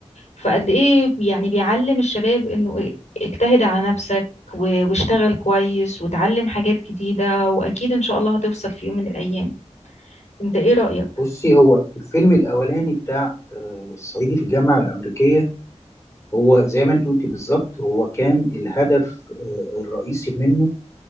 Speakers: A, on the left (about 75°); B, on the left (about 25°).
A: فقد ايه يعني بيعلم الشباب انه اجتهد على نفسك و- واشتغل كويس وتعلم حاجات جديدة واكيد ان شاء الله هتوصل في يوم من الايام انت ايه رأيك؟
B: بصي هو الفيلم الاولاني بتاع آه، الصعيدي في الجامعه الامريكيه هو زي ما انت قلتي بالظبط هو كان الهدف آه، الرئيسي منه